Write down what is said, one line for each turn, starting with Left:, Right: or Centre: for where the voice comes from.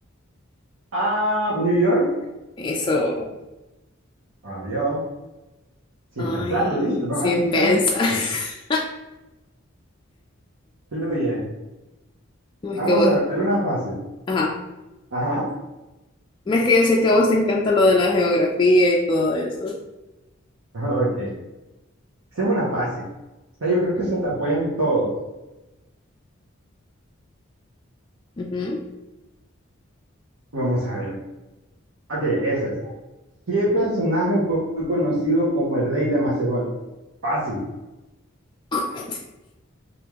Right: Ah, New York,
Left: Eso.
Right: obvio. Sin
Left: Ay,
Right: pensarlo, viste, Vamos
Left: sin
Right: aquí,
Left: pensar.
Right: ven.
Left: <laughs>
Right: Aquí fluye.
Left: No es
Right: Vamos
Left: que vos.
Right: a ver una fácil.
Left: Ajá.
Right: Ajá,
Left: No es que yo sé que a vos te encanta lo de la geografía y todo eso.
Right: <laughs> ok. Esa es una fácil. O sea, yo creo que se la pueden todos.
Left: Ujú.
Right: Vamos a ver. Ok, esa está. ¿Qué personaje fue conocido como el rey de Macedonia? Fácil.
Left: <laughs>